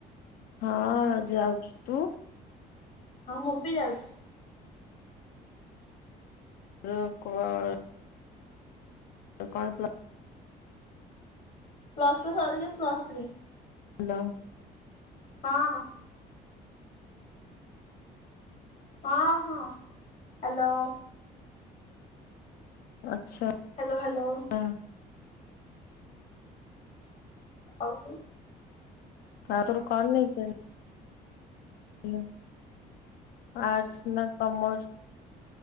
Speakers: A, on the left; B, on the left.
A: ହଁ ଯାଉଛି, ତୁ?
B: ହଁ ମୁଁ ବି ଯାଉଛି।
A: <unintelligible> ତ କଣ ପ୍ଲ
B: ପ୍ଲସ୍ ଟୁ ସରିକି ପ୍ଲସ୍ ଥ୍ରୀ।
A: ହାଲୋ।
B: ହଁ। ହଁ ହଁ ହାଲୋ।
A: ଆଛା।
B: Hello hello.
A: ହଁ।
B: ଆଉ।
A: ହ ତର କଣ ନେଇଚି। ହ ଆର୍ଟସ ନା କମର୍ସ?